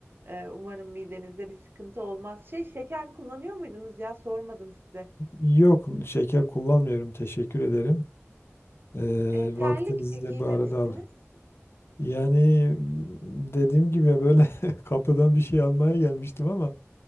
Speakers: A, on the right (about 50°); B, on the left (about 55°).
A: e, umarım midenizde bir sıkıntı olmaz. Şey şeker kullanıyor muydunuz ya sormadım size.
B: Yok, şeker kullanmıyorum. Teşekkür ederim. Ee,
A: E, terlik
B: vaktinizi de
A: giymemişsiniz.
B: bu arada al. Yani m, dediğim gibi böyle <laughs> kapıdan bir şey almaya gelmiştim ama